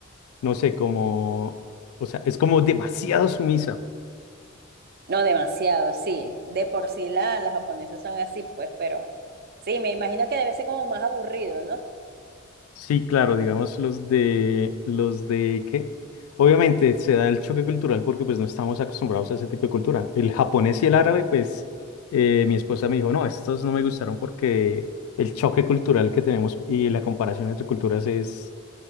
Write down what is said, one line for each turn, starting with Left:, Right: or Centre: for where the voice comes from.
Left: no sé, como, o sea, es como demasiado sumisa.
Right: No demasiado, sí. De por sí la- las japonesas son así, pues, pero sí, me imagino que debe ser como más aburrido, ¿no?
Left: Sí, claro, digamos los de, los de que, obviamente se da el choque cultural porque pues no estamos acostumbrados a ese tipo de cultura. El japonés y el árabe, pues eh, mi esposa me dijo, no, estos no me gustaron porque el choque cultural que tenemos y la comparación entre culturas es,